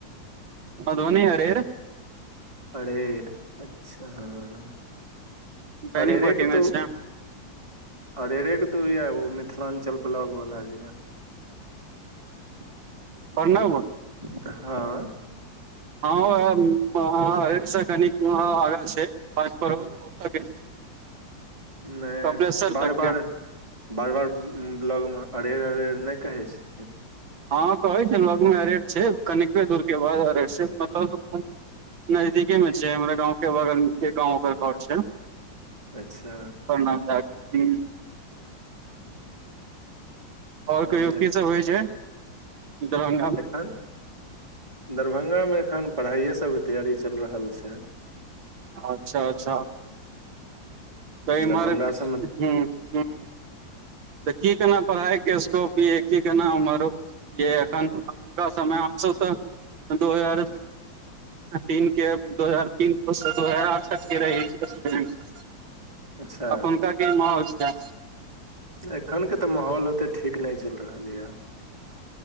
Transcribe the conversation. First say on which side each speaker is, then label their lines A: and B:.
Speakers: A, on the right; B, on the right.
A: मधुबनी अरेर
B: पड़ेर अच्छा हँ
A: बेनीपट्टी
B: अरे रेट तू
A: मे छै
B: अरेरे के तो यह ओ मिथिलाञ्चल ब्लॉक वला जे यऽ। <inaudible>
A: प्रणाम ब
B: <unintelligible> हँ
A: हँर <unintelligible> से कन आगाँ छै बच परड़ोल ओ के
B: नहि
A: कपिलेश्वर
B: बार
A: तक
B: बार
A: के
B: बार बार ब्लॉगमे अरेर अरेर नहि कहै छथिन।
A: हँ कहै छै लगमे अरे छै कनिके दूर के बाद अरेर छै मतलब अपन नजदीके में छै हमरा गाँंव के बगल के गांवकर घर छै।
B: अच्छा
A: प्रणाम ह <unintelligible> आओर
B: तहन
A: कहियो की सब होइ छै? दरभंगा मे
B: एखन <unintelligible> दरभंगामे एखन पढ़ाइए सबके तैयारी चल रहल छै।
A: अच्छा अच्छा तै
B: दरभंगा
A: मर <unintelligible>
B: सबमे
A: ह ह तऽ की केना पढ़ाइ के स्कोप भी है की केना हमरो जे एखन एखुनका समय हमस तऽ दू हजार तीन के दो हजार तीन दू हजार आठ तक के रह <unintelligible>
B: अच्छा
A: अखनका क माहौल छै।
B: एखन के तऽ माहौल ओते ठीक नहि चलि रहल यए।